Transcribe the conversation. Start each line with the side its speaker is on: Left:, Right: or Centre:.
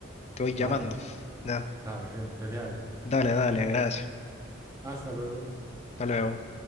Left: te voy llamando.
Right: Vale.
Left: Ya,
Right: Ah, gen- genial.
Left: dale, dale, gracias.
Right: Hasta luego.
Left: Hasta luego.